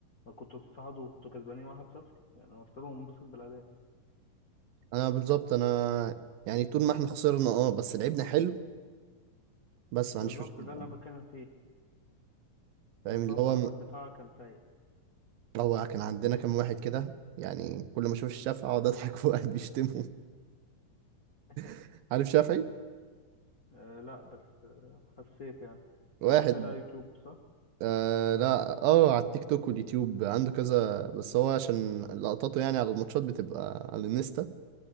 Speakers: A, on the left (about 45°); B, on the right (about 85°).
A: ما كنتوا تصعدوا وانتوا كسبانين 1-0 يعني قلت له انبسط بالاداء
B: انا بالظبط انا يعني طول ما احنا خسرنا اه بس لعبنا حلو بس ما
A: بالظبط
B: عنديش مشكله
A: ده اللي
B: يعني
A: انا بتكلم فيه
B: فاهم
A: بس
B: اللي
A: هو بصراحة
B: هو
A: الدفاع كان سيء
B: هو كان عندنا كام واحد كده يعني كل ما اشوف الشافعي اقعد اضحك وقاعد بيشتمه
A: <laughs>
B: <laughs> عارف شافعي
A: آه لا بس آه حسيت يعني
B: واحد
A: ده شاف ده يوتيوب صح؟
B: آه لا اه على التيك توك واليوتيوب عنده كذا بس هو عشان لقطاته يعني على الماتشات بتبقى على الانستا